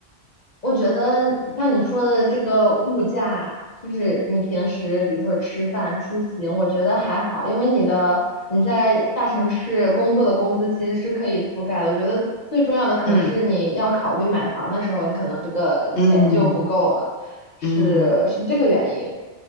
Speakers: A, on the left (about 45°); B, on the left (about 70°).
A: 我觉得像你说的这个物价，就是你平时比如说吃饭、出行，我觉得还好，因为你的你在大城市工作的工资其实是可以覆盖的。我觉得最重要的可能是你要考虑买房的时候，
B: 嗯
A: 你可能这个钱就不够了，
B: 嗯
A: 是是这个原因。
B: 嗯